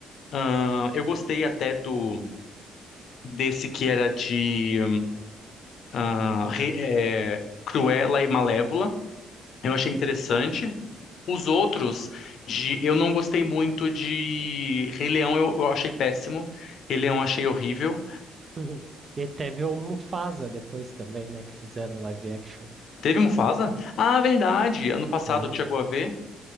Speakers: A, on the left; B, on the right.
A: ahn, eu gostei até do desse que era de ah, re- é, Cruella e Malévola. Eu
B: Uhum.
A: achei interessante. Os outros, de, eu não gostei muito de Rei Leão, eu, eu achei péssimo. Rei Leão eu achei horrível.
B: <laughs> E teve o Mufasa depois também, né, que fizeram live action.
A: Teve Mufasa? Ah, verdade. Ano passado
B: Teve.
A: chegou a ver.